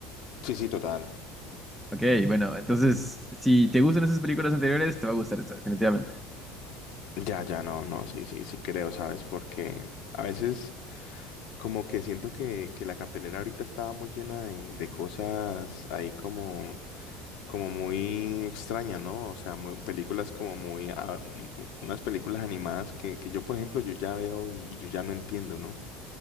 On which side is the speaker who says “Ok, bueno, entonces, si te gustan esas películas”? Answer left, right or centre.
Centre